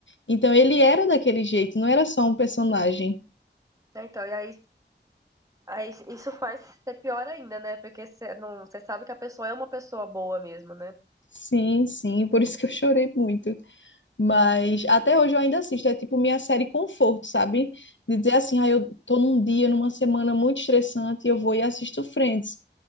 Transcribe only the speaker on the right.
Então, e aí, aí isso faz ser pior ainda, né? Porque você não, você sabe que a pessoa é uma pessoa boa mesmo, né?